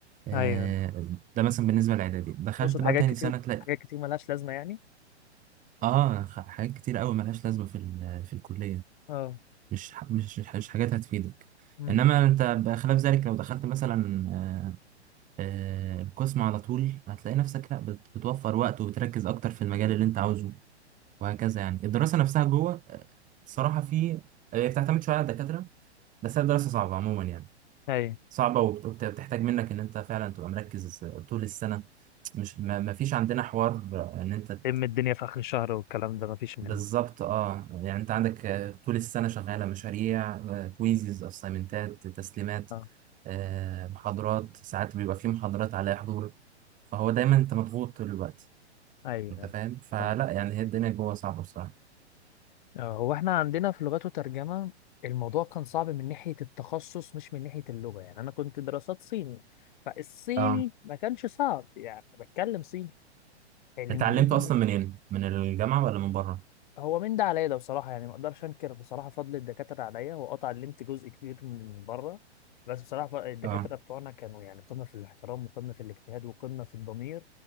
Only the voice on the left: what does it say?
ايوه
تقصد
حاجات
كتير
حاجات كتير ملهاش لازمه يعني
اه
مم.
ايوه
ام الدنيا في اخر الشهر والكلام ده مفيش منه
اه
ايوه
ايوه
آه، هو احنا عندنا في لغات وترجمة الموضوع كان صعب من ناحية التخصص مش من ناحية اللغة يعني أنا كنت دراسات صيني فالصيني
ما كانش صعب يعني بتكلم صيني الإنجليزي
ما
هو من ده عليا ده بصراحة يعني ما اقدرش انكر بصراحة فضل الدكاترة عليا هو قطع لمت جزء كبير من بره بس بصراحة ف- الدكاترة
بتوعنا كانوا يعني قمة في الاحترام وقمة في الاجتهاد وقمة في الضمير